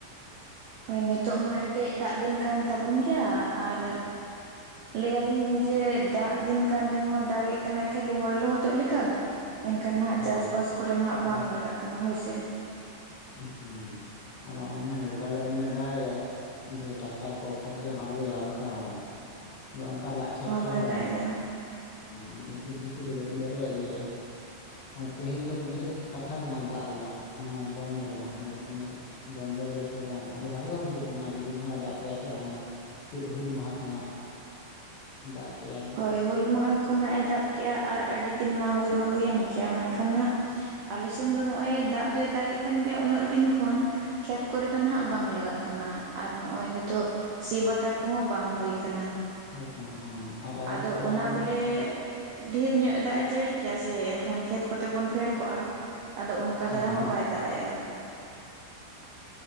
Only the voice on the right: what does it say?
ᱦᱳᱭ ᱱᱤᱛᱳᱜ ᱢᱟ ᱮᱱᱛᱮᱫ ᱫᱟᱜ ᱫᱤᱱ ᱠᱟᱱ ᱛᱟᱵᱚᱱ ᱜᱮᱭᱟ, ᱟᱨ ᱞᱟᱹᱭ ᱟᱞᱤᱧ ᱡᱮ ᱫᱟᱜ ᱫᱤᱱ ᱠᱟᱱ ᱨᱮᱦᱚᱸ ᱫᱟᱜ ᱮᱫ ᱠᱟᱱᱟᱭ ᱠᱷᱟᱹᱞᱤ ᱦᱚᱲ ᱞᱚᱦᱚᱫᱚᱜ ᱞᱮᱠᱟ᱾ ᱮᱱᱠᱷᱟᱱ ᱱᱟᱦᱟᱜ
ᱪᱟᱥᱵᱟᱥ ᱠᱚᱨᱮ ᱢᱟᱜ ᱵᱟᱝ
ᱞᱟᱜᱟᱜ ᱠᱟᱱᱟ ᱦᱳᱭ ᱥᱮ᱾
ᱵᱟᱭ
ᱫᱟᱜ ᱮᱜᱼᱟ
ᱦᱳᱭ ᱦᱩᱞ ᱢᱟᱦᱟ ᱠᱷᱚᱱᱟᱜ ᱮ ᱫᱟᱜ ᱠᱮᱫᱮᱜᱼᱟ ᱟᱨ ᱟᱹᱰᱤ ᱫᱤᱱ ᱢᱟ ᱦᱩᱭ ᱢᱟ ᱦᱩᱭᱮᱱ ᱜᱮᱭᱟ ᱢᱮᱱᱠᱷᱟᱱ ᱦᱟᱸᱜ ᱟᱞᱮ ᱥᱮᱱ ᱫᱚ ᱱᱚᱜᱼᱚᱭ ᱫᱟᱜ ᱫᱚᱭ ᱫᱟᱜ ᱮᱮᱫ ᱠᱟᱱ ᱜᱮᱭᱟ ᱩᱱᱟᱹᱜ ᱫᱤᱱ ᱠᱷᱚᱱ᱾ ᱠᱷᱮᱛ ᱠᱚᱨᱮ ᱫᱚ ᱱᱟᱦᱟᱜ ᱵᱟᱝ ᱞᱟᱜᱟᱜ ᱠᱟᱱᱟ ᱟᱨ ᱱᱚᱜᱼᱚᱭ ᱱᱤᱛᱚᱜ ᱥᱤ ᱵᱟᱛᱟᱨ ᱠᱚᱦᱚᱸ ᱵᱟᱝ ᱦᱩᱭ ᱠᱟᱱᱟ
ᱟᱫᱚ
ᱚᱱᱟ
ᱵᱚᱞᱮ ᱰᱷᱮᱨ ᱧᱚᱜ ᱫᱟᱜ-ᱮ ᱡᱟᱲᱤ ᱠᱮᱭᱟ ᱥᱮ ᱮᱱᱠᱷᱟᱱ ᱠᱷᱮᱛ ᱠᱚᱛᱮ ᱵᱚᱱ ᱯᱷᱮᱰ ᱠᱚᱜᱼᱟ ᱟᱫᱚ ᱚᱱᱠᱟ
ᱫᱷᱟᱨᱟ ᱦᱚᱸ ᱵᱟᱭ ᱫᱟᱜ ᱮᱜᱼᱟ